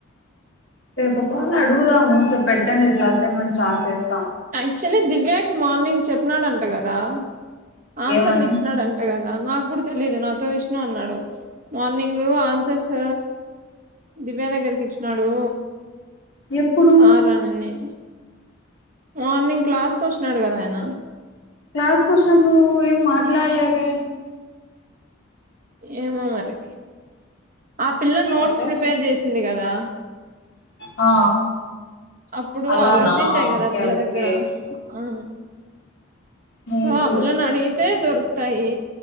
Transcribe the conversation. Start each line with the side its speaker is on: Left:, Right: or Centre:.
Left: రేపు పోని అడుగుదాము సో పెట్టాను ఇట్ల అసైన్మెంట్ రాసేస్
Right: యాక్చువలీ దివ్యాకి మార్నింగ్ చెప్పినాడంట కదా రా ఆన్సర్లు
Left: ఏమని
Right: ఇచ్చినాడు అంటగా ఆ నాకు కూడా తెలిదు నాతో విష్ణు అన్నాడు మార్నింగ్ ఆన్సర్స్ దివ్యా దగ్గరికి ఇచ్చినాడు
Left: ఎప్పుడు
Right: సార్ అనిని మార్నింగ్ క్లాస్కి వచ్చినాడు కదా ఆయన
Left: క్లాస్కి వచ్చినప్పుడు ఏం మాట్లాల్లేదే
Right: ఏమో మరి ఆ పిల్ల నోట్స్
Left: సరే
Right: ప్రిపేర్ చేసింది కదా
Left: ఆ
Right: అప్పుడు
Left: అలానా
Right: అవున్నింటాయ్ కదా
Left: ఓకే
Right: ఆ పిల్ల
Left: ఓకే
Right: దగ్గర ఆ
Left: మేబి
Right: సో ఆ పిల్లని అడిగితే దొరు తాయి